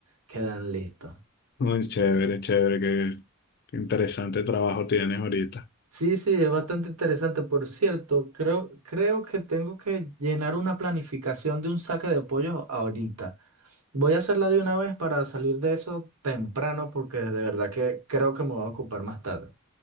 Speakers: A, on the right; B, on the left.
A: quedan listos.
B: Muy chévere, chévere, qué qué interesante trabajo tienes ahorita.
A: Sí, sí, es bastante interesante. Por cierto, creo, creo que tengo que llenar una planificación de un saque de pollo ahorita. Voy a hacerla de una vez para salir de eso temprano porque de verdad que creo que me voy a ocupar más tarde.